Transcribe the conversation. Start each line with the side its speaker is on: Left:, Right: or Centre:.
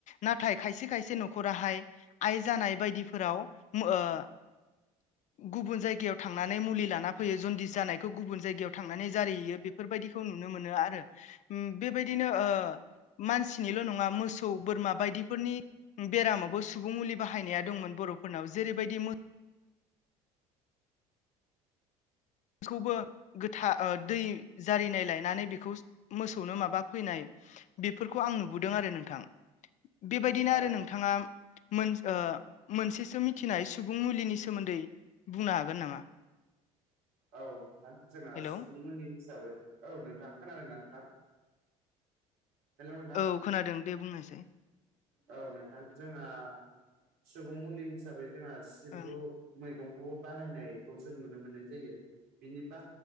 Left: नाथाय खायसे खायसे न'खराहाय आइ जानाय बायदिफोराव मो ओ गुबुन जायगायाव थांनानै मुलि लाना फैयो जनदिस जानायखौ गुबुन जायगायाव थांनानै जारिहैयो बे बेफोरबायदिखौ नुनो मोनो आरो। उम बेबायदिनो ओ मानसिनिल' नङा मोसौ बोरमा बायदिफोरनि बेरामावबो सुबुं मुलि बाहायनाया दंमोन बर'फोरनाव जेरैबायदि बेखौबो गोथार ओ दै जारिनाय लायनानै बेखौ मोसौनो माबा फैनाय बेफोरखौ आं नुबोदों आरो नोंथां बेबायदिनो
Right: औ
Left: आरो नों
Right: औ
Left: नोंथाङा मोन ओ मोनसेसो मिथिनाय सुबुं मुलिनि सोमोन्दै बुंनो हागोन नामा?
Right: औ नोंथां जोंहा
Left: हेलौ
Right: सुबुंमोननि हिसाबै औ नोंथां खोनादोंनाा नोंथां हेल' नोंथां
Left: औ खोनादों दे बुंनायसाय
Right: औ नोंथां जोंहा सुबुं मुलि हिसाबै जोंहा सिब्रु
Left: ओं
Right: मैगंखौबो बाहायनायखौ जों नुनो मोननाय जायो बिनि बा